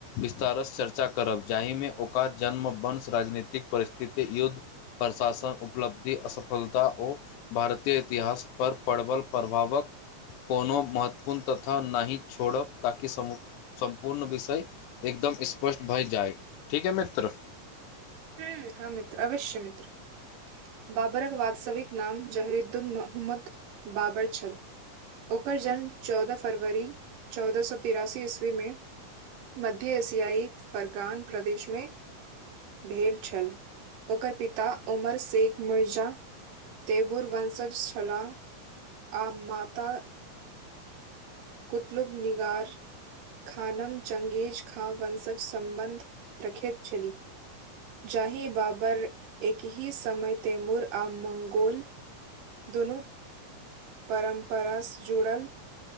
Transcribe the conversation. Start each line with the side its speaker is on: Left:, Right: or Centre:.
Left: विस्तारस चर्चा करब जाहिमे ओकर जन्म वश राजनीतिक परिस्थिति युद्ध प्रशासन उपलब्धि फलता ओ भारतीय इतिहास पर प्रबल प्रभावकऽ कोनो महत्वपूर्ण तथा नहि छोड़ ताकि समु सम्पूर्ण विषय एकदम स्पष्ट भऽ जाए ठीक है मित्र
Right: हू, हाँ मित्र अवश्य मित्र बाबरक वास्तविक नाम जहरी अब्दुल महमूद बाबर छलऽ ओकर जन्म चौदह फरवरी चौदह सए तिरासी ईस्वी मे मध्य एशियाई फर्गान प्रदेश मे भेल छल ओकर पिता उमर शेख मिर्जा। तेबुर वशज छलाह आ माता कुतलुब निगर खानम चंगेज ख वंशज सम्बन्ध रख छैलेली जाहि बाबर एकहि समय तैमुर आ मंगोल दुनू परम्पराँ जुड़ल।